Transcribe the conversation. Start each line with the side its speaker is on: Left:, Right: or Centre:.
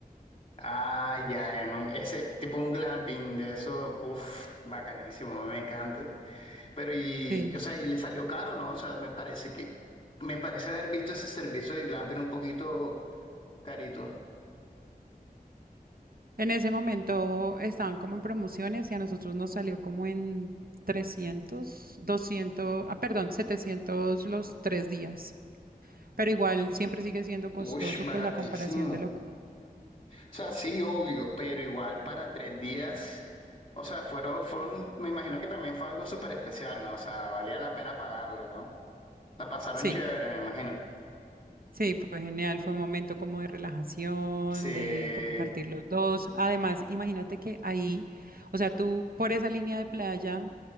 Left: Ah, ya, en un- ese tipo un glamping de esos, uff, bacanísimo, me encanta. Pero y,
Right: Sí.
Left: o sea, y le salió caro, ¿no? O sea, me parece que, me parece haber visto ese servicio de glamping un poquito carito.
Right: En ese momento estaban como en promociones y a nosotros nos salió como en 300 200 ah, perdón, 700 los tres días. Pero igual siempre sigue siendo costoso,
Left: Ush, baratísimo.
Right: pues a comparación de lo
Left: O
Right: que...
Left: sea, sí, obvio, pero igual para tres días, o sea, fueron, fue un- me imagino que también fue algo súper especial, ¿no? O sea, valía la pena pagarlo, ¿no? La pasaron
Right: Sí,
Left: chévere, me imagino.
Right: sí, fue genial, fue un momento como de relajación,
Left: Sí.
Right: de compartir los dos. Además, imagínate que ahí, o sea, tú por esa línea de playa